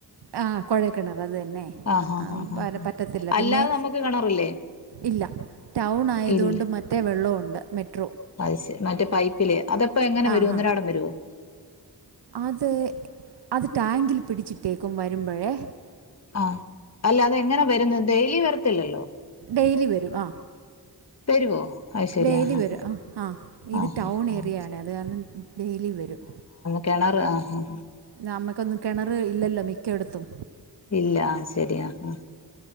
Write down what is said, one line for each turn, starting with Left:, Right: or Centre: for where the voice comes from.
Right: ആ കുഴൽക്കിണർ അത് തന്നെ
Left: ആഹ് ആഹ്
Right: ആ
Left: ആഹ്
Right: പ
Left: ആഹ്
Right: പറ്റത്തില്ല
Left: അല്ലാതെ
Right: പിന്നെ
Left: നമുക്ക് കിണറില്ലേ
Right: ഇല്ല ടൗൺ ആയത്
Left: ഇല്ല
Right: കൊണ്ട് മറ്റേ വെള്ളോം ഒ <unintelligible>
Left: അത് ശരി മറ്റെ പൈപ്പില് അതപ്പോ എങ്ങനെ
Right: ആ
Left: വരും
Right: ഹാ
Left: ഒന്നരാടം വരുവോ
Right: അത് അത് ടാങ്കില് പിടിച്ചിട്ടേക്കും വരുമ്പൊഴേ
Left: ആ അല്ല അതെങ്ങനാ വരുന്നെ ഡെയിലി വര ത്തില്ലല്ലോ
Right: ഡെയിലി വരും ആ
Left: വരുവോ അത് ശരി
Right: ഡെയിലി
Left: ആഹ്
Right: വരും ആ ആ ഇത്
Left: ആഹ്
Right: ടൗൺ ഏരിയാണെ
Left: ആഹ്
Right: അത് കാരണം ഡെയിലി വരും
Left: കെണറ് ആ ആ
Right: നമ്മക്കൊന്നും കിണറ് ഇല്ലല്ലോ മിക് കെടുത്തും
Left: ഇല്ല ആ ശരി ആ ആ